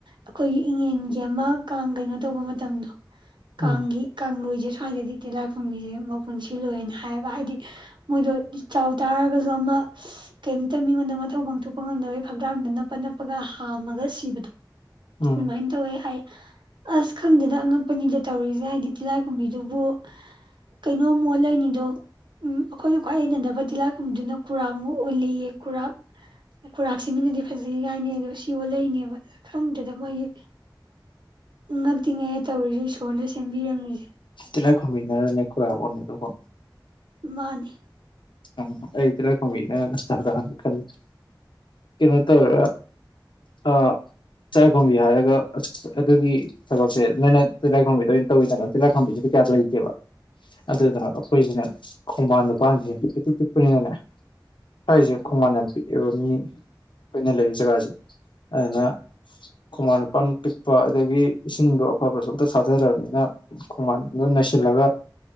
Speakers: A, on the right; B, on the left.
A: ꯑꯩꯈꯣꯏꯒꯤ ꯏꯉꯦꯟꯒꯤ ꯑꯃ ꯀꯥꯡ ꯀꯩꯅꯣ ꯇꯧꯕ ꯃꯇꯝꯗꯣ
B: ꯎꯝ
A: ꯀꯪꯤ ꯀꯨ ꯦ ꯁ꯭ꯋꯥꯏꯗꯗꯤ ꯇꯤꯂꯥꯏꯈꯨꯝꯕꯤꯁꯦ ꯃ ꯄꯨꯟꯁꯤꯂꯣꯏꯅ ꯍꯥꯏꯌꯦꯕ ꯍꯥꯏꯗꯤ ꯃꯣꯏꯗꯣ ꯆꯥꯎ ꯇꯥꯔꯒꯁꯨ ꯑꯃ ꯀꯩꯝꯇ ꯃꯤꯉꯣꯟꯗ ꯃꯊꯧ ꯄꯥꯡꯊꯣꯛꯄ ꯉꯝꯗꯕꯩ ꯐꯛꯗꯥꯡꯗ ꯅꯞꯄ ꯅꯞꯄꯒ ꯍꯥꯝꯃꯒ ꯁꯤꯕꯗꯣ
B: ꯎꯝ
A: ꯑꯗꯨꯃꯥꯏꯅ ꯇꯧꯋꯦ ꯍꯥꯏ ꯑꯁ ꯈꯪꯗꯦꯗ ꯀꯄꯅꯤꯗ ꯇꯧꯔꯤꯁꯦ ꯍꯥꯏꯗꯤ ꯇꯤꯜꯍꯥ ꯀꯨꯝꯕꯤꯗꯨꯕꯨ ꯀꯩꯅꯣꯝꯃꯨꯛ ꯑꯣ ꯂꯩꯅꯤꯗꯣ ꯎꯝ ꯑꯩꯈꯣꯏꯅ ꯈ꯭ꯋꯥꯏ ꯍꯩꯅꯗꯕ ꯇꯤꯍꯥꯏ ꯀꯨꯝꯕꯤꯗꯨꯅ ꯈꯨꯔꯥꯡꯨꯛ ꯎꯜꯂꯤꯌꯦ ꯈꯨꯔꯥꯛ ꯈꯨꯨꯔꯥꯛꯁꯤ ꯃꯤꯅꯗꯤ ꯐꯖꯩ ꯀꯥꯏꯅ ꯑꯗꯣ ꯁꯤꯌꯣ ꯂꯩꯅꯦꯕ ꯈꯪꯗꯗ ꯃꯣꯏꯒꯤ ꯉꯛꯇꯤꯉꯩ ꯇꯧꯔꯤꯁꯦ ꯏꯁꯣꯔꯅ ꯁꯦꯝꯕꯤꯔꯝꯃꯤꯁꯦ
B: ꯇꯅꯈꯣꯏꯃꯤꯅꯔꯅ ꯈꯣꯏꯋꯥ ꯑꯣꯅ ꯇꯄ
A: ꯃꯥꯅꯤ
B: ꯎꯝ ꯑꯩ ꯇꯤꯜꯍꯥꯈꯣꯝꯕꯤꯅ ꯈꯦ ꯀꯩꯅꯣ ꯇꯧꯔꯒ ꯇꯤꯔꯥꯏꯈꯣꯕꯤ ꯍꯥꯏꯔꯒ ꯑꯗꯨꯒꯤ ꯊꯕꯛꯁꯦ ꯅꯣꯏꯅ ꯇꯤꯜꯂꯥꯏꯈꯣꯝꯕꯤꯗ ꯑꯣꯏꯅ ꯇꯧꯋꯤꯗꯅ ꯇꯤꯜꯍꯥꯈꯣꯝꯕꯤꯁꯤꯗꯤ ꯀꯌꯥ ꯂꯩꯇꯦꯕ ꯑꯗꯨꯅ ꯑꯩꯈꯣꯏꯁꯤꯅ ꯈꯣꯡꯕꯥꯟ ꯄꯥꯟꯁꯦ ꯄꯤꯛꯇꯤ ꯄꯤꯛꯄꯅꯤꯅꯅꯦ ꯍꯥꯏꯔꯤꯁꯦ ꯈꯣꯡꯕꯥꯟ ꯌꯥꯝ ꯄꯤꯛꯑꯦꯕ ꯃꯤ ꯑꯩꯈꯣꯏꯅ ꯂꯩ ꯖꯒꯥꯁꯦ ꯑꯗꯨꯅ ꯈꯣꯡꯕꯥꯟ ꯂꯄꯥꯟ ꯄꯤꯛꯄ ꯑꯗꯒꯤ ꯏꯁꯤꯡꯗꯣ ꯑꯐꯕꯁꯨ ꯑꯝꯇ ꯊꯥꯗꯔꯕꯅꯤꯅ ꯈꯣꯡꯕꯥꯟꯗ ꯅꯩꯁꯤꯜꯂꯒ